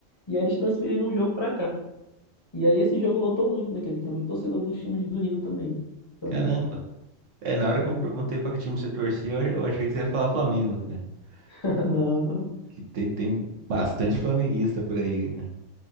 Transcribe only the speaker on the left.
E aí eles transferiram o jogo pra cá. E aí esse jogo lotou muito, né? Que aqui tem muito torcedor dos times do Rio também. Então,
é.
<laughs> Não,
não.